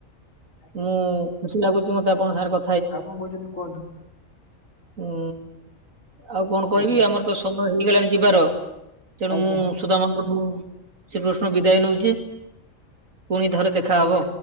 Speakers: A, on the left; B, on the right.
A: ଆଜ୍ଞା।
B: ମୁଁ ଖୁସି ଲାଗୁଛି ମତେ ଆପଣଙ୍କ ସାଙ୍ଗରେ କ
A: ଆଉ କଣ କହୁଛନ୍ତି କୁହନ୍ତୁ।
B: ଉଁ ଆଉ କଣ କହିବି
A: ଆଜ୍ଞା।
B: ଆମର ତ ସମୟ ହେଇଗଲାଣି ଯିବାର। ତେଣୁ
A: ଆଜ୍ଞା
B: ମୁଁ ସୁଦାମଙ୍କଠୁ ଶ୍ରୀକୃଷ୍ଣ ବିଦାୟ ନଉଛି ପୁଣି ଥରେ ଦେ ଖାହ।
A: ଆଜ୍ଞା।